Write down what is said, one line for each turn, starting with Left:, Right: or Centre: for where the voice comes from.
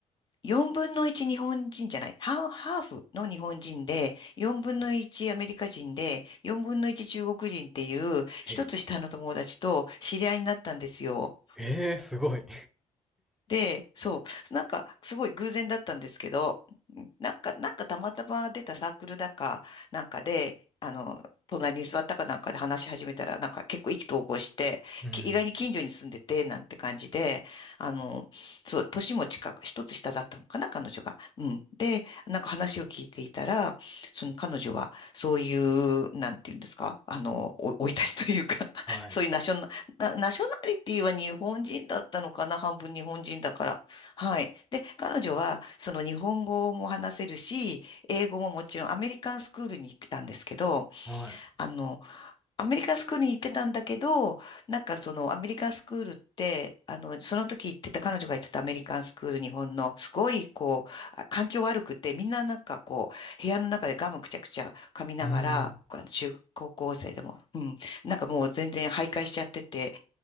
Left: 4分の1日本人じゃない、ハーハーフの日本人で、4分の1アメリカ人で、4分の1中国人っていう、一つ下の友達と知り合いになったんですよ。
Centre: ええ、ええ、すごい。
Left: で、そう、なんかすごい偶然だったんですけど、なんか、なんかたまたま出たサークルだかなんかで、あの、隣に座ったかなんかで話し始めたら、なんか結構意気投合して、
Centre: うん。
Left: き意外に近所に住んでて、なんて感じで、あの、そう、年も近く、一つ下だったのかな、彼女が。うん。で、なんか話を聞いていたら、その彼女は、そういう、なんていうんですか、あの、お生い立ちというか、<laughs>
Centre: はい。
Left: そういうナショナなナショナリティは日本人だったのかな、半分日本人だから。はい。で、彼女は、その日本語も話せるし、英語ももちろんアメリカンスクールに行ってたんですけど、
Centre: はい。
Left: あの、アメリカンスクールに行ってたんだけど、なんかそのアメリカンスクールって、あの、その時行ってた、彼女が行ってたアメリカンスクール、日本の、すごいこう、あ環境悪くて、みんななんかこう、部屋の中でガムくちゃくちゃ噛みながら、
Centre: うん。
Left: あの中高校生でも、うん、なんかもう全然徘徊しちゃってて、